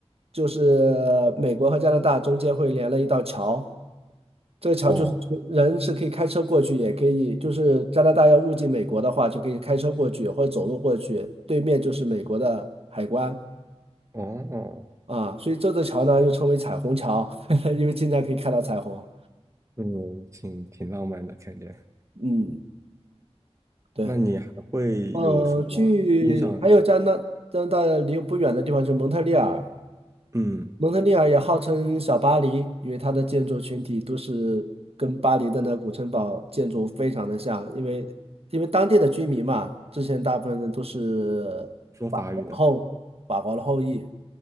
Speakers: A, on the right; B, on the right.
A: 就是美国和加拿大中间会连了一道桥。这个桥就是人是可以开车过去，
B: 哦
A: 也可以就是加拿大要入境美国的话，就可以开车过去或者走路过去，对面就是美国的海关
B: 哦哦，
A: 啊，所以这座桥呢又称为彩虹桥，<laughs> 因为经常可以看到彩虹。
B: 嗯，挺挺浪漫的感觉。
A: 嗯，对，
B: 那你还会有什么印象？
A: 呃，去还有加拿加拿大离不远的地方是蒙特利尔，
B: 嗯，
A: 蒙特利尔也号称小巴黎，因为它的建筑群体都是跟巴黎的那古城堡建筑非常的像，因为因为当地的居民嘛，之前大部分人都是法国的后法国的后裔
B: 说法语的，